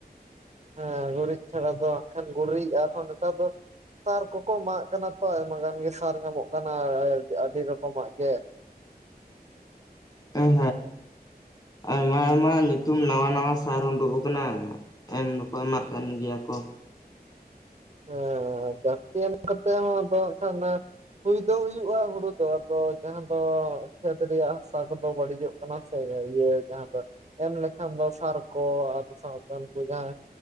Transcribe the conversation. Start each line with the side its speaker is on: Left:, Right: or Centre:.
Right: ᱦᱮᱸ ᱜᱩᱨᱤᱡ ᱪᱷᱟᱲᱟ ᱫᱚ ᱠᱷᱟᱱ ᱜᱩᱨᱤᱡᱼᱟ ᱟᱨ ᱦᱚᱸ ᱱᱮᱛᱟᱨ ᱫᱚ ᱥᱟᱨ ᱠᱚᱠᱚ ᱮᱢᱟᱜ ᱠᱟᱱᱟ ᱛᱚ ᱟᱭᱢᱟ ᱜᱟᱱ ᱜᱮ ᱥᱟᱨ ᱧᱟᱢᱚᱜ ᱠᱟᱱᱟ ᱟᱹᱰᱤ ᱨᱚᱠᱚᱢᱟᱜ ᱜᱮ ᱾
Left: ᱦᱮᱸ ᱟᱭᱢᱟ ᱟᱭᱢᱟ ᱧᱩᱛᱩᱢ ᱱᱟᱣᱟ ᱱᱟᱣᱟ ᱥᱟᱨ ᱩᱰᱩᱠ ᱟᱠᱟᱱᱟ ᱾ ᱮᱢ ᱫᱚᱠᱚ ᱮᱢᱟᱜ ᱠᱟᱱ ᱜᱮᱭᱟ ᱠᱚ ᱾
Right: ᱦᱮᱸ ᱡᱟᱹᱥᱛᱤ ᱮᱢ ᱠᱟᱛᱮ ᱦᱚᱸ ᱟᱫᱚ ᱠᱷᱱ ᱦᱩᱭ ᱫᱚ ᱦᱩᱭᱩᱜᱼᱟ ᱦᱩᱲᱩ ᱫᱚ ᱡᱟᱦᱟᱸ ᱫᱚ ᱠᱷᱮᱛ ᱨᱮᱭᱟᱜ ᱦᱟᱥᱟ ᱠᱚᱫᱚ ᱵᱟᱹᱲᱤᱡᱚᱜ ᱠᱟᱱᱟ ᱥᱮ, ᱤᱭᱟᱹ ᱡᱟᱦᱟᱸ ᱫᱚ ᱮᱢ ᱞᱮᱠᱷᱟᱱ ᱫᱚ ᱥᱟᱨ ᱠᱚ ᱟᱨ ᱥᱟᱶᱛᱮ ᱩᱱᱠᱩ ᱡᱟᱦᱟᱸᱭ